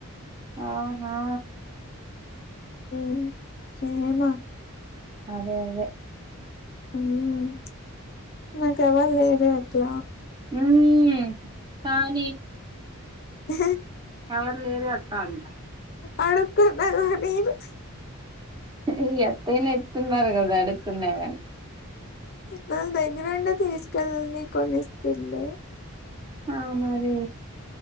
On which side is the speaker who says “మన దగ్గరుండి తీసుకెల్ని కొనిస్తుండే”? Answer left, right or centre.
Left